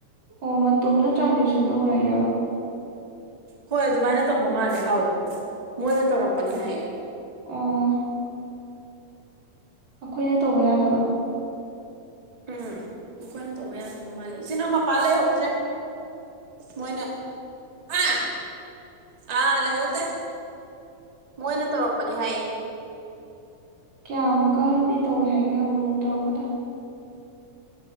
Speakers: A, on the right; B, on the right.
A: ꯑꯣ ꯃꯇꯣꯝꯇ ꯇ꯭ꯔꯥꯟꯖꯦꯛꯁꯟ ꯇꯧꯔꯛꯑꯦꯕ
B: ꯍꯣꯏ ꯑꯗꯨꯃꯥꯏꯅ ꯇꯧꯕ ꯃꯥꯜꯂꯦ ꯑꯧ ꯃꯣꯏꯅ ꯇꯧꯔꯛꯄꯅꯤ ꯍꯥꯏꯌꯦ
A: ꯑꯣ ꯑꯩꯈꯣꯏꯅ ꯇꯧꯕ ꯌꯥꯗꯕ
B: ꯎꯝ ꯃꯈꯣꯏꯅ ꯇꯧꯕ ꯌꯥꯗꯕ ꯃꯥꯜꯂꯦ ꯏꯆꯤꯟꯜ ꯏꯅꯥꯎ ꯃꯄꯥ ꯂꯩꯍꯧꯗ꯭ꯔꯦ ꯃꯣꯏꯅ ꯑꯥ ꯑꯥ ꯂꯩꯍꯧꯗꯦ ꯃꯣꯏꯅ ꯇꯧꯔꯛꯄꯅꯤ ꯍꯥꯏꯌꯦ
A: ꯀꯌꯥꯃꯨꯛꯀꯗꯤ ꯇꯧꯋꯦ ꯍꯥꯏꯒꯦ ꯑꯃꯨꯛ ꯑꯃꯨꯛ ꯇꯧꯔꯛꯄꯗ